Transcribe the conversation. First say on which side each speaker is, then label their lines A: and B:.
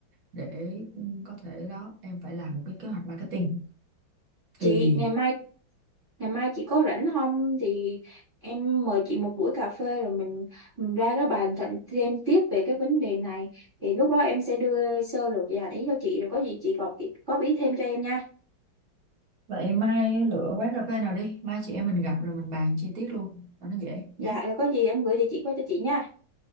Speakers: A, on the right; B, on the right.
A: để có thể đó em phải làm một cái kế hoạch marketing
B: chị
A: thì
B: ngày mai ngày mai chị có rảnh không thì em mời chị một buổi cà phê rồi mình, mình ra đó bàn thận thêm tiếp về cái vấn đề này thì lúc đó em sẽ đưa sơ lược và ý cho chị rồi có gì chị góp góp ý thêm cho em nha
A: vậy mai lựa quán cà phê nào đi mai chị em mình gặp rồi mình bàn chi tiết luôn cho nó dễ
B: dạ
A: nhé
B: rồi có gì em gửi địa chỉ qua cho chị nha